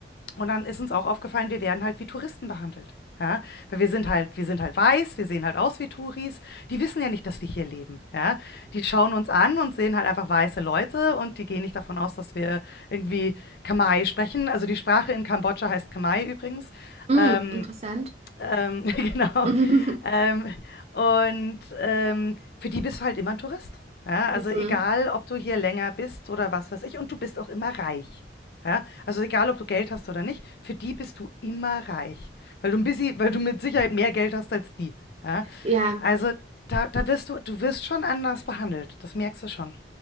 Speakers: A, on the left; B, on the right.
A: und dann ist uns auch aufgefallen, wir werden halt wie Touristen behandelt. Ja, weil wir sind halt, wir sind halt weiß, wir sehen halt aus wie Touris. Die wissen ja nicht, dass wir hier leben. Ja, die schauen uns an und sehen halt einfach weiße Leute und die gehen nicht davon aus, dass wir irgendwie Khmer sprechen. Also die Sprache in Kambodscha heißt Khmer übrigens.
B: Hm,
A: Ähm,
B: interessant.
A: ähm, <laughs> genau.
B: <laughs>
A: Ähm, und ähm, für die bist du halt immer ein Tourist. Ja, also
B: Mhm.
A: egal, ob du hier länger bist oder was weiß ich, und du bist auch immer reich. Ja, also egal, ob du Geld hast oder nicht, für die bist du immer reich, weil du ein bisschen, weil du mit Sicherheit mehr Geld hast als die. Ja,
B: Ja,
A: also da, da wirst du, du wirst schon anders behandelt, das merkst du schon.